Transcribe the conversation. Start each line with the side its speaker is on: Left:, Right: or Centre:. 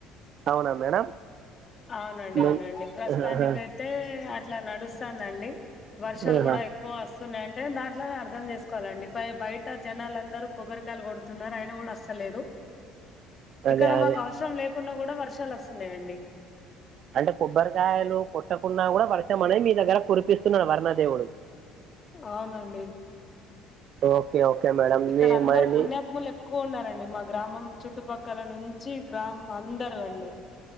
Right: అవునా మేడం
Left: అవునండి
Right: మీ-
Left: అవునండి ప్రస్తుతానికి
Right: ఆహా,
Left: అయితే అయితే అట్లా నడుస్తుంది అండి వర్షాలు
Right: ఆహా.
Left: కూడా ఎ ఎక్కువ వస్తున్నాయి అంటే దాంట్లోనే అర్ధం చేసుకోవాలండి బయట జనాలందరూ కొబ్బరికాయలు కొ న్నారు అయన కూడా వస్తలేదు
Right: అదే
Left: ఇక్కడ
Right: అదే
Left: మాకు అవసరం లేకున్నా కూడా వర్షాలు వస్తున్నాయండి
Right: అంటే కొబ్బరికాయలు కొట్టకున్నా కూడా వర్షం అనేది మీ దగ్గర కురిపిస్తున్నాడు వర్ణదేవుడు
Left: అవునండి
Right: ఓకే ఓకే మేడం
Left: ఇక్కడ
Right: మీ
Left: అందరు
Right: మరి
Left: పుణ్యాత్ములు
Right: మీ
Left: ఎ ఎక్కువ ఉన్నారండి మా గ్రామం చుట్టుపక్కల నుంచి గ్రామం అందరూ అండి